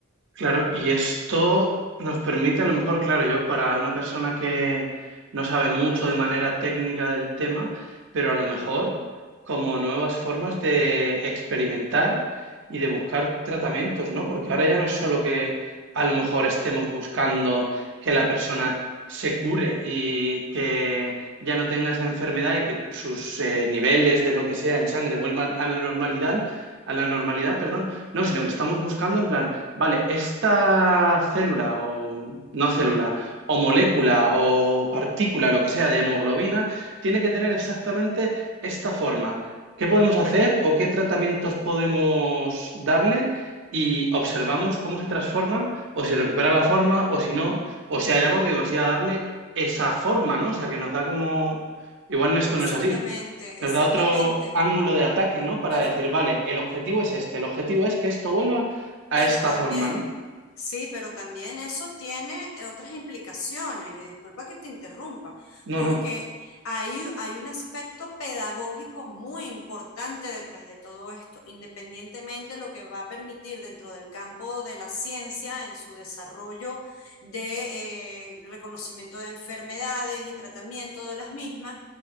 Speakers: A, on the right; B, on the left.
A: Claro, y esto nos permite a lo mejor, claro, yo para una persona que no sabe mucho de manera técnica del tema, pero a lo mejor
B: Ujú.
A: como nuevas formas de experimentar y de buscar tratamientos, ¿no? Porque ahora ya no es solo que a lo mejor estemos buscando que la persona se cure y que ya no tenga esa enfermedad y que sus eh, niveles de lo que sea en sangre vuelvan a la normalidad, a la normalidad, perdón. No, sino que estamos buscando en plan Vale, esta célula o no célula o molécula o partícula, lo que sea, de hemoglobina, tiene que tener exactamente esta forma. ¿Qué podemos hacer o qué tratamientos podemos darle? Y observamos cómo se transforma o si recupera la forma o si no, o si hay algo que consiga darle esa forma, ¿no? O sea, que nos da como... Igual esto no
B: Exactamente,
A: es así. Nos
B: exactamente.
A: da otro ángulo de ataque, ¿no? Para
B: Pero
A: decir, vale, el objetivo es este, el objetivo es que esto vuelva a
B: Pero
A: esta
B: también,
A: forma, ¿no?
B: sí, pero también eso tiene eh, otras implicaciones, y disculpa que te interrumpa,
A: No,
B: porque
A: no,
B: hay, hay un aspecto pedagógico muy importante detrás de todo esto, independientemente lo que va a permitir dentro del campo de la ciencia en su desarrollo de eh, reconocimiento de enfermedades y tratamiento de las mismas,